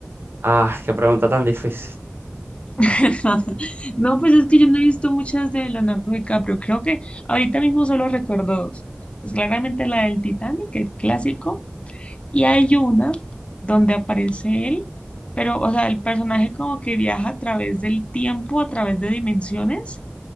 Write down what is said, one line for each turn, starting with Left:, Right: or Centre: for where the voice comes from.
Right: Ah, qué pregunta tan difícil.
Left: <laughs> No, pues es que yo no he visto muchas de Leonardo DiCaprio. Creo que ahorita mismo solo recuerdo dos. Pues claramente la del Titanic, el clásico, y hay una donde aparece él, pero, o sea, el personaje como que viaja a través del tiempo, a través de dimensiones.